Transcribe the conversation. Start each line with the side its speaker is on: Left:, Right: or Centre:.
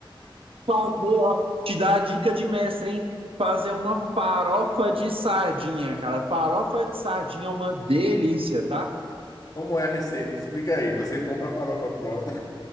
Right: Fazer, ó. Te dá a dica de mestre, hein? Fazer uma farofa de sardinha, cara. Farofa de sardinha é uma delícia, tá?
Left: Como é a receita? Explica aí. Você compra a farofa pronta.